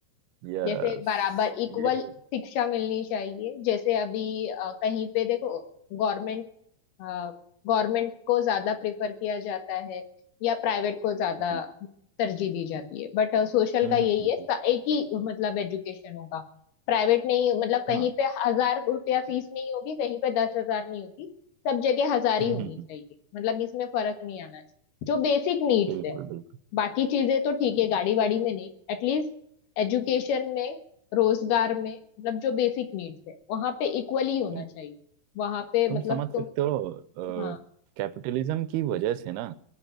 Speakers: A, on the right; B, on the left.
A: यस
B: जैसे बराबर इक्वल
A: ये
B: शिक्षा मिलनी चाहिए जैसे अभी अ, कहीं पे देखो गवर्नमेंट गवर्नमेंट को ज्यादा प्रेफर किया जाता है या प्राइवेट को ज्यादा
A: हम्म
B: तरजीह दी जाती है बट सोशल
A: हम्म
B: का
A: हम्म
B: यही
A: हम्म,
B: है सा-
A: हम्म,
B: एक ही मतलब एजुकेशन होगा प्राइवेट नहीं मतलब कहीं
A: हाँ
B: पे हजार रुपया फीस नहीं होगी कहीं पे दस हजार नहीं होगी सब जगह हजार
A: हम्म
B: ही होनी
A: हम्म
B: चाहिए
A: हम्म,
B: मतलब इसमें फर्क नहीं आना चाहिए जो बेसिक नीड्स
A: बिल्कुल
B: है
A: बिल्कुल
B: बाकी चीजें तो ठीक है गाड़ी वाड़ी में नहीं एटलीस्ट एजुकेशन में रोजगार में मतलब जो बेसिक नीड्स है वहां पे इक्वली होना
A: तुम
B: चाहिए वहां पे
A: तुम
B: मतलब
A: समझ
B: तुम
A: सकते हो
B: हाँ
A: कैपिटलिज्म की वजह से ना